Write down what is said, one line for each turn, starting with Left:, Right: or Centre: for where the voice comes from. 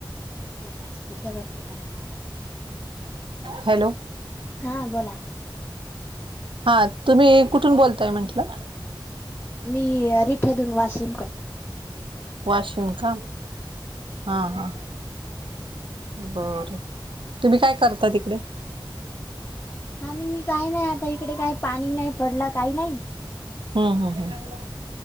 Left: केलाय स्पीकरवर केला आहे.
Right: हॅलो
Left: हा बोला
Right: हा तुम्ही कुठून बोलताय म्हंटलं?
Left: मी रिठदून वाशिम कर
Right: वाशिम का हा हा बरं तुम्ही काय करता तिकडे?
Left: हा मी काय नाही आता इकडे काय पाणी नाही पडला काही नाही.
Right: हम्म हम्म